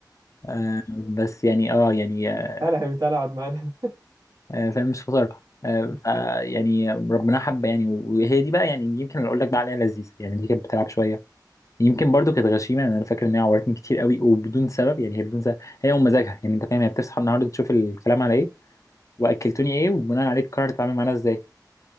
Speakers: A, on the left (about 45°); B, on the right (about 50°).
A: آه، بس يعني اه يعني آه،
B: تعالى يا حبيبي تعالى اقعد معانا
A: آه، فاهم مش فطار آه،
B: <laughs>
A: ف- يعني ربنا حب يعني وهي دي بقى يعني يمكن اللي اقول لك بقى عليها لذيذه يعني دي كانت بتلعب شويه يمكن برضو كانت غشيمه يعني انا فاكر ان هي عورتني كتير قوي وبدون سبب يعني هي بدون سبب هي ومزاجها يعني انت فاهم هي بتصحى النهارده تشوف الكلام على ايه واكلتوني ايه وبناء عليه تقرر تتعامل معانا ازاي